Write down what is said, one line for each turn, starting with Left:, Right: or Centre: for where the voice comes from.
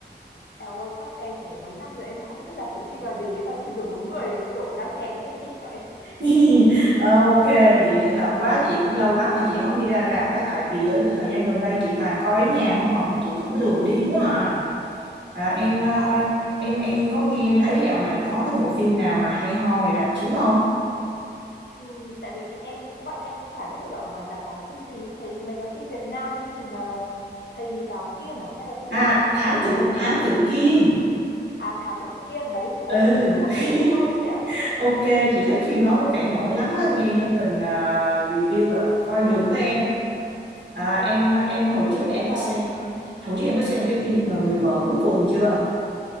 Left: Eo ơi, chắc em phải mấy năm rồi em không biết rạp chiếu phim là gì ấy, sao chị rủ đúng người kiểu đang thèm đi xem phim vậy.
Right: <laughs> Ok, vậy thì hợp quá. Chị cũng lâu lắm mà chị không đi ra rạp á. Tại vì á, thời gian gần đây chị toàn coi ở nhà không mà chị cũng lười đi quá à. À, em ờ,
Left: Dạ.
Right: em em có nghe thấy dạo này có cái bộ phim nào mà hay ho ngoài rạp chiếu không?
Left: Ừm, tại vì em cũng bọn em cũng chả biết được là ở ngoài rạp có cái phim gì, ấy. thấy có mấy cái phim Việt Nam cái gì mà thầy giáo Kiên à hay là cái
Right: À,
Left: gì em cũng
Right: Thám
Left: chả nhớ.
Right: tử Thám tử Kiên.
Left: À Thám Tử Kiên đấy, khổ
Right: Ừ.
Left: không
Right: <laughs>
Left: để ý luôn chị ạ.
Right: Ok, chị thấy phim đó có vẻ nổi lắm á, nghe dân tình à, review là coi được đó em. À, em
Left: Thế ạ, em
Right: em
Left: cũng
Right: hồi
Left: không
Right: trước em
Left: biết là
Right: có xem hồi trước em có xem cái phim à, Người vợ cuối cùng chưa?